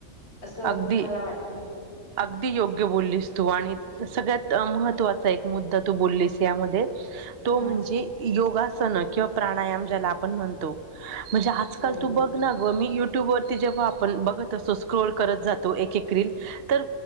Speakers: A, on the left (about 50°); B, on the right (about 50°).
A: असं
B: अगदी
A: मला वाटते.
B: अगदी योग्य बोललीस तू आणि सगळ्यात महत्वाचा एक मुद्दा तू बोललीस यामध्येऽऽ तो
A: हां,
B: म्हणजे योगासन किंवा प्राणायाम ज्याला आपण म्हणतो. म्हणजे आजकाल
A: बरोबर.
B: तू बघ ना ग, मी युट्यूब वरती जेव्हा आपण बघत असोस स्क्रोल करत जातो एक - एक रिल्स तर